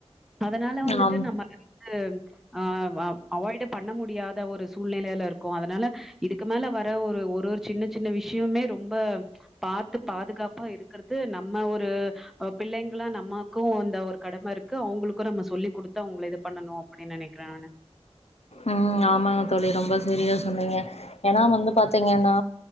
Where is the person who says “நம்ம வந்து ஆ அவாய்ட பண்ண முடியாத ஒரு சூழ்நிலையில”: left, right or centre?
Centre